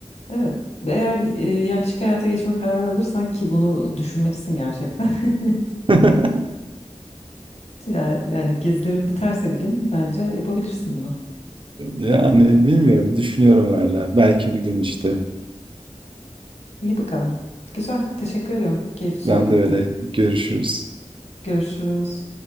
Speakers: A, on the left (about 65°); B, on the right (about 45°).
A: Evet. Eğer e, yerleşik hayata geçme kararı alırsan ki bunu düşünmelisin gerçekten. <laughs>
B: <laughs>
A: Ya- Yani gezilerin biterse bir gün bence yapabilirsin bunu.
B: Yani bilmiyorum, düşünüyorum hala. Belki bir gün işte.
A: İyi bakalım. Güzel. Teşekkür ediyorum. Keyifli sohbette.
B: Ben de öyle görüşürüz.
A: Görüşürüz.